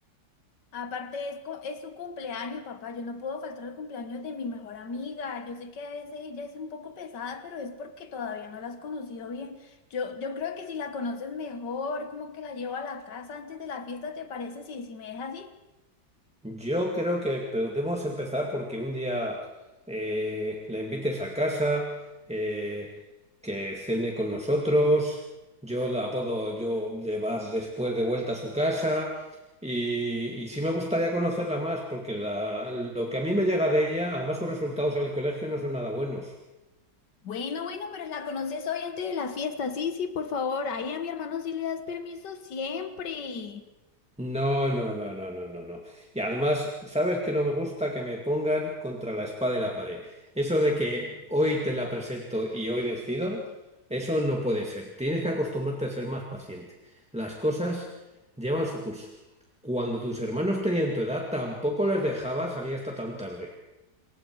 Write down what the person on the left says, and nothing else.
Aparte, es, co- es su cumpleaños, papá. Yo no puedo faltar al cumpleaños de mi mejor amiga. Yo sé que a veces ella es un poco pesada, pero es porque todavía no la has conocido bien. Yo, yo creo que si la conoces mejor, como que la llevo a la casa antes de la fiesta, ¿te parece? Sí, si me dejas así.
Bueno, bueno, pero la conoces hoy antes de la fiesta. Sí, sí, por favor. Ahí a mi hermano sí le das permiso siempre.